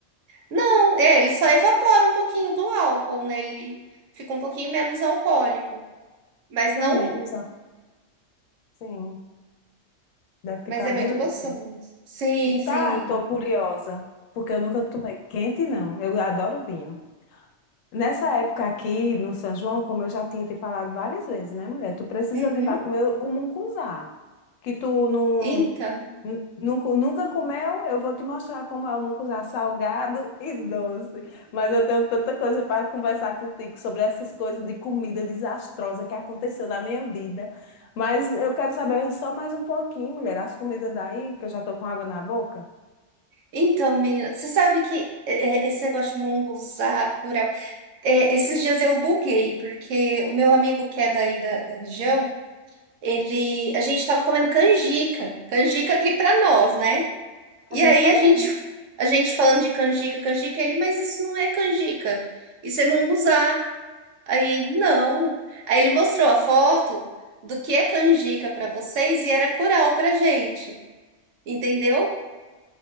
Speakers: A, on the right (about 75°); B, on the left (about 85°).
A: Não, é, ele só evapora um pouquinho do álcool, né? Ele fica um pouquinho menos alcoólico, mas
B: Fica
A: não,
B: menos, ó. sim. Deve ficar
A: mas é
B: uma
A: muito
B: delícia.
A: gostoso. Sim, sim.
B: Tá, tô curiosa, porque eu nunca tomei quente, não. Eu adoro vinho. Nessa época aqui no São João, como eu já tinha te falado várias vezes, né, mulher? Tu precisa
A: Uhum.
B: vir para comer o mungunzá, que tu não,
A: Então,
B: nu- nunca, nunca comeu. Eu vou te mostrar como é o mungunzá salgado <laughs> e doce. Mas eu tenho tanta coisa para conversar contigo sobre essas coisas de comida desastrosa que aconteceu na minha vida. Mas eu quero saber só mais um pouquinho, mulher, das comidas daí, que eu já tô com água na boca.
A: então, menina, você sabe que é, é, esse negócio de munguzá, curau É, esses dias eu buguei, porque o meu amigo que é daí da, da região, ele, a gente tava comendo canjica, canjica aqui pra nós, né? E
B: A gente
A: aí
B: também.
A: a gente, a gente falando de canjica, canjica, ele, mas isso não é canjica, isso é munguzá. Aí, não. Aí ele mostrou a foto do que é canjica pra vocês e era curau pra gente, entendeu?